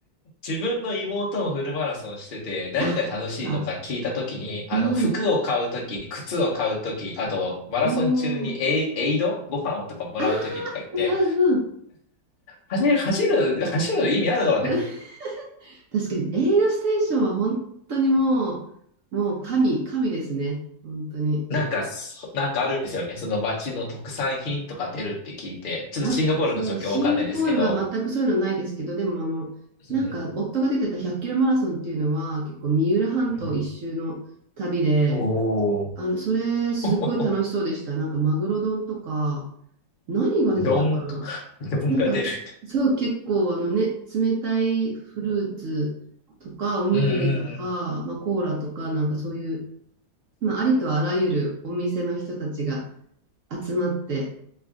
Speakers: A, on the left; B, on the right.
A: 自分の妹もフルマラソンしてて何が楽しいのか聞いたときに、
B: あ、本当ですか。
A: あの、
B: うん。
A: 服を買うとき、靴を買うとき、あと、マラソン中にエイ、
B: おー、
A: エイドご飯をとかもらうときとか言って、
B: あー、うんうん。
A: 走る、走る、走る意味あるのね。
B: <laughs> 確かに、エイドステーションは本当にもう、もう神、神ですね。本当に。
A: なんか、そなんかあるんですよね。その街の特産品とか出るって聞いて、ちょっとシンガポールの状況わかんないですけど、
B: あ、そう、シンガポールは全くそういうのないですけど、でもあの、
A: うん、
B: なんか夫が出てた100キロマラソンっていうのは、結構三浦半島一周の旅で、
A: うん。おお。
B: あの、それ、すっごい楽しそうでした。
A: <laughs>
B: なんか、マグロ丼とか、何が出てたかな
A: どん、どんが出る。
B: なんか、そう、結構、あのね、冷たいフルーツとか、おにぎりとか、
A: うんうんうん。
B: まあ、コーラとか、なんかそういう、まあ、ありとあらゆるお店の人たちが集まって、